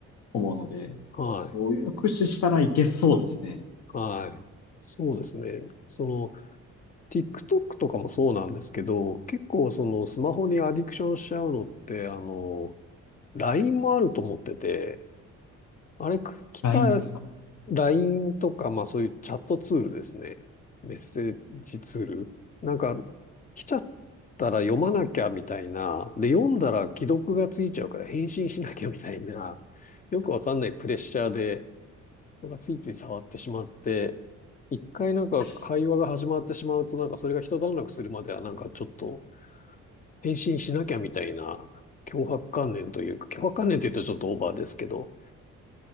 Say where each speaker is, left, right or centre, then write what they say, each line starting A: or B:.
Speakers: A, on the left; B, on the left.
A: 思うので、
B: はい。
A: そういうの駆使したらいけそうですね。
B: はい。そうですね。その、TikTok とかもそうなんですけど、結構そのスマホにアディクションしちゃうのって、あの、LINE もあると思ってて、あれ、来た
A: LINE ですか。
B: LINE とか、まあそういうチャットツールですね。メッセージツール。なんか、来ちゃったら読まなきゃみたいな。で、読んだら既読がついちゃうから返信しなきゃみたいな。よくわかんないプレッシャーで、なんかついつい触ってしまって、一回なんか会話が始まってしまうと、
A: <laughs>
B: なんかそれが一段落するまではなんかちょっと返信しなきゃみたいな脅迫観念というか、脅迫観念って言うとちょっとオーバーですけど、